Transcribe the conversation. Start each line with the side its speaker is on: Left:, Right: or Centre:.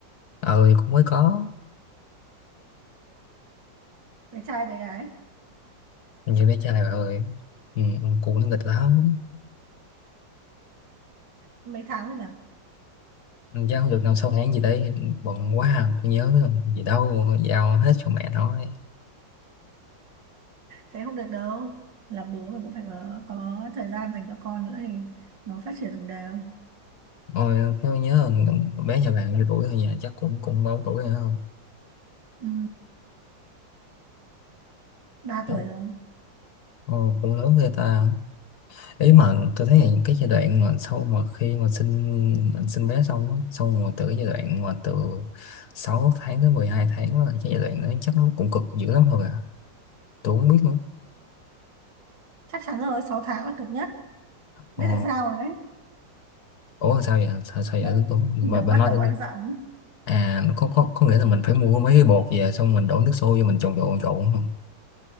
Left: Ơi cũng mới có
Right: Bé trai bé gái.
Left: nhiều bé trai bà ơi. Ừ, cũng nó nghịch lắm.
Right: Mấy tháng rồi nhỉ?
Left: Chắc không được nào sau tháng gì đấy bận quá à, cũng nhớ làm gì đâu giao hết cho mẹ nói.
Right: Thế không được đâu. Làm bố mình cũng phải có, có thời gian dành cho con nữa thì nó phát triển đồng đều.
Left: Ôi tôi nhớ bé nhà bạn nhiêu tuổi thôi nhà chắc cũng cũng bao tuổi nữa
Right: Ừ, 3
Left: không?
Right: tuổi rồi.
Left: Ồ, cũng lớn ghê ta ý mà tôi thấy là cái giai đoạn mà sau mà khi mà sinh sinh bé xong á xong mà từ cái giai đoạn mà từ 6 tháng tới 12 tháng là cái giai đoạn đó chắc nó cũng cực dữ lắm thôi à tôi không biết nữa
Right: Chắc chắn rồi, 6 tháng là cực nhất.
Left: ờ
Right: Biết tại sao rồi đấy.
Left: ủa sao vậy sao, sao
Right: Nó,
Left: vậy tôi
Right: nó
Left: bà, bà
Right: bắt
Left: nói
Right: đầu
Left: tôi nghe
Right: ăn dặm.
Left: à có, có có nghĩa là mình phải mua mấy cái bột về xong mình đổ nước sôi vô mình trộn trộn trộn không